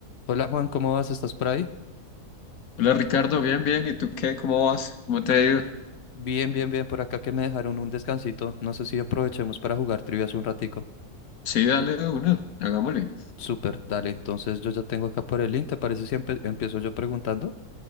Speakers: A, on the left; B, on the left.
A: Hola Juan, ¿cómo vas? ¿Estás por ahí?
B: Hola Ricardo, bien, bien. ¿Y tú qué? ¿Cómo vas? ¿Cómo te ha ido?
A: Bien, bien, bien, por acá que me dejaron un descansito. No sé si aprovechemos para jugar trivias un ratico.
B: Sí, dale de una, hagámosle.
A: Súper, dale. Entonces yo ya tengo acá por el link, ¿te parece si empe- empiezo yo preguntando?